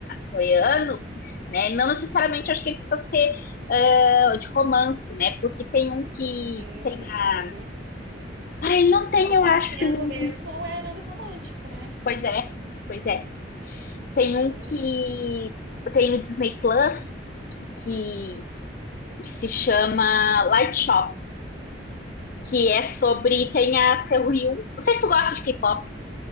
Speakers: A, on the left; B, on the right.
A: coreano, né, não necessariamente acho que ele precisa ser ah, de romance, né, porque tem um que
B: Sim.
A: tem a
B: Uhum.
A: Ah, ele não tem,
B: É, O
A: eu
B: Vincenzo
A: acho. em-
B: mesmo não é nada romântico, né?
A: Pois é, pois é. Tem
B: Sim.
A: um que tem no Disney Plus que, que se chama Light Shop, que é sobre tem a Seo Hyun. Não sei se tu gosta de K-pop,